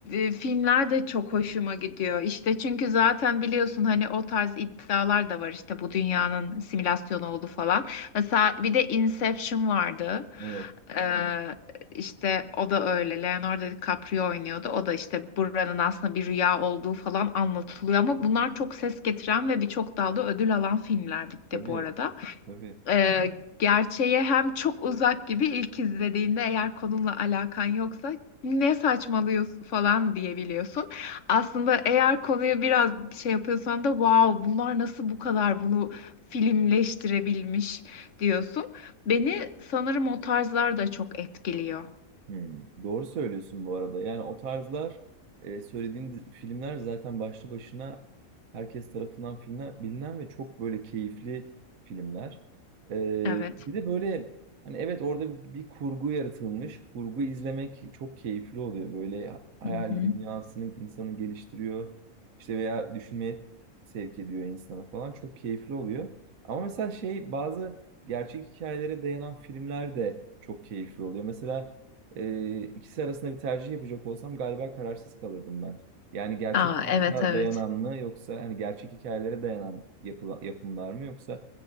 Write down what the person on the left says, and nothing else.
e, filmler de çok hoşuma gidiyor. İşte çünkü zaten biliyorsun hani o tarz iddialar da var işte bu dünyanın simülasyonu oldu falan. Mesela bir de Inception vardı.
Ee, işte o da öyle. Leonardo DiCaprio oynuyordu. O da işte buranın aslında bir rüya olduğu falan anlatılıyor. Ama bunlar çok ses getiren ve birçok dalda ödül alan filmler bir
de bu arada.
Ee, gerçeğe hem çok uzak gibi ilk izlediğinde eğer konunla alakan yoksa ne saçmalıyorsun falan diyebiliyorsun. Aslında eğer konuyu biraz şey yapıyorsan da wow bunlar nasıl bu kadar bunu filmleştirebilmiş diyorsun. Beni sanırım o tarzlar da çok etkiliyor.
Evet.
Hı hı.
Aa,
evet evet.